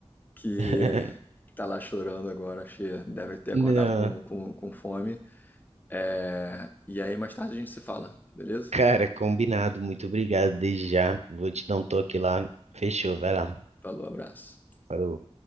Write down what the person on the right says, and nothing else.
<laughs>
Não,
cara, combinado, muito obrigado desde já. Vou te dar um toque lá. Fechou, vai lá.
Falou.